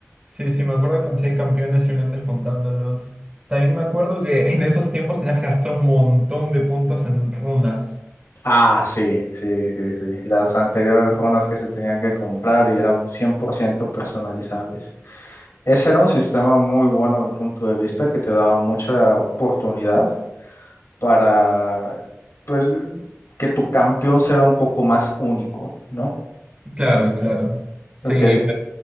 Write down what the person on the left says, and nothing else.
Ah, sí, sí, sí, sí. Las anteriores runas que se tenían que comprar y eran 100% personalizables. Ese era un sistema muy bueno a mi punto de vista que te daba mucha oportunidad para, pues, que tu campeón será un poco más único, ¿no?
Porque